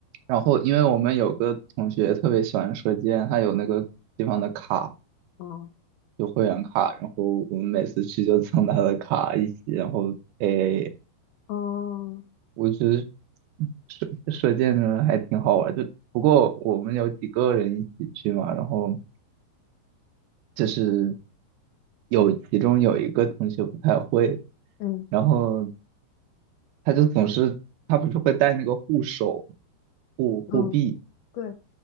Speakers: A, on the right; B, on the left.
A: 然后因为我们有个同学特别喜欢射箭，他有那个地方的卡，
B: 哦
A: 有会员卡，然后我们每次去就蹭他的卡一起，然后诶，
B: 哦
A: 我觉得射射箭的还挺好玩，就不过我们有几个人一起去嘛，然后。就是有其中有一个同学不太会，
B: 嗯
A: 然后他就总是他不是会带那个护手护护臂，
B: 嗯，对，